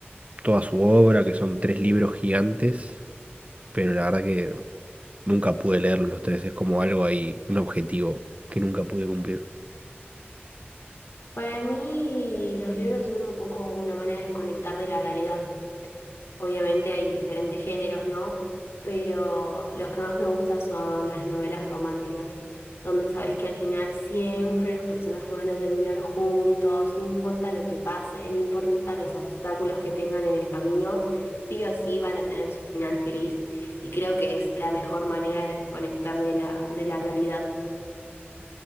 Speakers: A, on the right (about 35°); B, on the left (about 85°).
A: toda su obra, que son tres libros gigantes, pero la verdad que Nunca pude leerlos los tres, es como algo ahí, un objetivo que nunca pude cumplir.
B: Para mí, los libros son un poco una manera de desconectar de la realidad. Obviamente hay diferentes géneros, ¿no? Pero los que más me gustan son las novelas románticas, donde sabes que al final siempre los personajes van a terminar juntos, no importa lo que pase, no importa los obstáculos que tengan en el camino, sí o sí van a tener su final feliz. Y creo que es la mejor manera de desconectar de la, de la realidad.